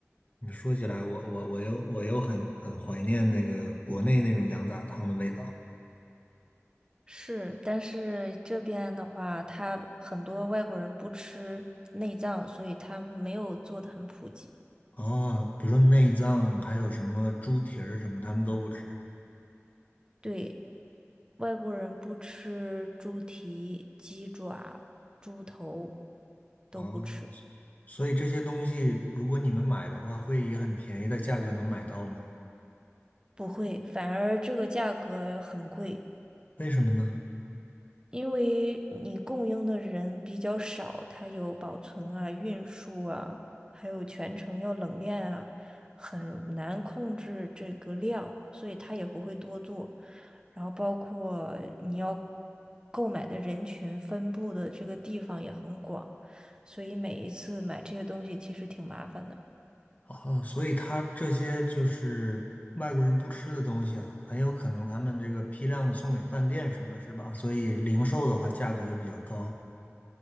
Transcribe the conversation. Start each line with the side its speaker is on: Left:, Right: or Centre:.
Left: 你说起来，我我我又我又很很怀念那个国内那种羊杂汤的味道
Right: 是，但是这边的话，他很多外国人不吃内脏，所以他没有做的很普及。
Left: 哦，比如说内脏，还有什么猪蹄儿什么，他们都不吃
Right: 对，外国人不吃猪蹄、鸡爪、猪头都不吃。
Left: 哦。所以这些东西，如果你们买的话，会以很便宜的价格能买到吗？
Right: 不会，反而这个价格很贵，
Left: 为什么呢？
Right: 因为你供应的人比较少，它有保存啊、运输啊，还有全程要冷链啊，很难控制这个量，所以它也不会多做。然后包括你要购买的人群分布的这个地方也很广，所以每一次买这些东西其实挺麻烦的。
Left: 哦，所以他这些就是外国人不吃的东西啊，很有可能他们这个批量的送给饭店什么，是吧？所以零售的话价格就比较高。